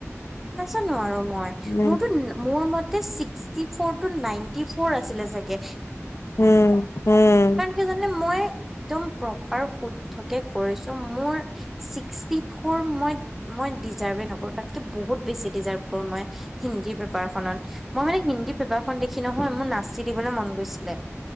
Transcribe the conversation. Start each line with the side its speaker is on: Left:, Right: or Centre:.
Centre: নাজানো আৰু মই,
Left: উম,
Centre: মোৰতো মোৰ মত তে sixty four two ninety four আছিলে চাগে?
Left: হুম হুম।
Centre: কি জানানে মই একদম প্ৰপাৰ শুদ্ধকে কৰিছোঁ মোৰ ছিক্সটি ফৰ মই মই ডিজাৰ্ভে নকৰো তাতকে বহুত বেছি ডিজাৰ্ভ কৰো মই হিন্দী পেপাৰখনত, মই মানে হিন্দী পেপাৰখন দেখি নহয় মোৰ নাচি দিবলৈ মন গৈছিলে।